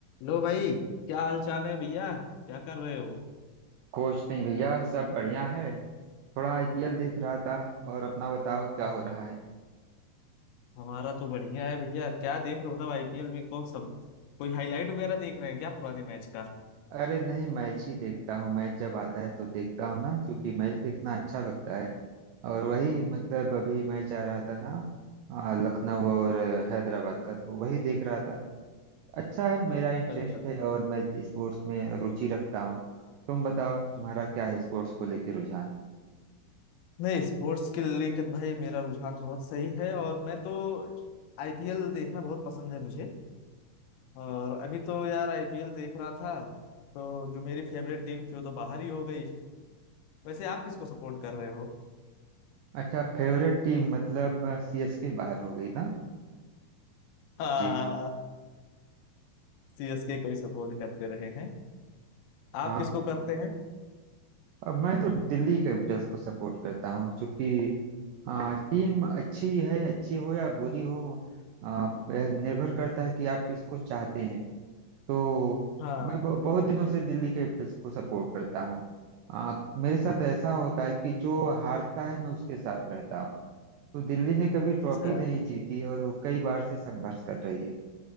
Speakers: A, on the left; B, on the right.
A: लो भाई क्या हाल चाल है भैया क्या कर रहे हो
B: कुछ नहीं भैया सब बढ़िया है थोड़ा आईपीएल देख रहा था और अपना बताओ क्या हो रहा है
A: हमारा तो बढ़िया है भैया क्या देख रहे हो मतलब आईपीएल में कौन सा कोई हाईलाइट वगैरह देख रहे हैं क्या पुराने मैच का
B: अरे नहीं मैच ही देखता हूँ मैच जब आता है तो देखता हूँ ना क्योंकि मैच देखना अच्छा लगता है और वही मतलब अभी मैच आ रहा था ना आ, लखनऊ और अ, हैदराबाद का तो वही देख रहा था अच्छा है मेरा इंटरेस्ट
A: अरे यार।
B: है और मैं स्पोर्ट्स में रुचि रखता हूँ तुम बताओ तुम्हारा क्या है स्पोर्ट्स को लेकर रुझान
A: नहीं स्पोर्ट्स के लेकर भाई मेरा रुझान बहुत सही है और मैं तो आईपीएल देखना बहुत पसंद है मुझे और अभी तो यार आईपीएल देख रहा था तो जो मेरी फेवरेट टीम थी वो तो बाहर ही हो गई वैसे आप किसको सपोर्ट कर रहे हो
B: अच्छा फेवरेट टीम मतलब सीएसके बाहर हो गई ना
A: हाँ
B: जी
A: सीएसके को ही सपोर्ट करते रहे हैं
B: हाँ
A: आप किसको करते हैं
B: अब मैं तो दिल्ली कैपिटल्स को सपोर्ट करता हूँ क्योंकि हाँ टीम अच्छी है अच्छी हो या बुरी हो आ, यह निर्भर करता है कि आप किसको चाहते हैं तो
A: हाँ
B: मैं ब- बहुत दिनों से दिल्ली कैपिटल्स को सपोर्ट करता हूँ आ, मेरे साथ ऐसा होता है कि जो हारता है मैं उसके साथ रहता हूँ तो दिल्ली ने कभी ट्रॉफी
A: अच्छा
B: नहीं जीती और वो कई बार से संघर्ष कर रही है